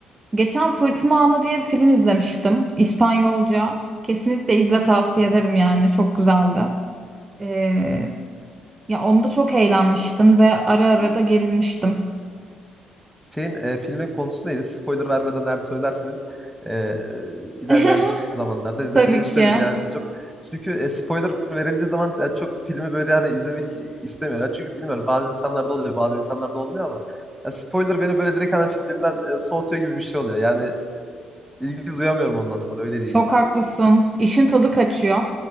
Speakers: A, on the right (about 30°); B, in the centre.
A: Geçen Fırtına Anı diye bir film izlemiştim. İspanyolca. Kesinlikle izle tavsiye
B: Hı.
A: ederim yani. Çok güzeldi. Ee, ya onda çok eğlenmiştim ve ara ara da gerilmiştim.
B: Şeyin e, filmin konusu neydi? Spoiler vermeden eğer söylerseniz e, ilerleyen
A: <laughs>
B: zamanlarda izlemeyi
A: Tabii
B: düşünebilirim.
A: ki.
B: Yani çok çünkü e, spoiler verildiği zaman yani çok filmi böyle hani izlemek istemiyorum. Yani çünkü bilmiyorum bazı insanlarda oluyor, bazı insanlarda olmuyor ama ya spoiler beni böyle direkt hani filmden e, soğutuyor gibi bir şey oluyor. Yani ilgi duyamıyorum ondan sonra öyle değil.
A: Çok haklısın. İşin tadı kaçıyor.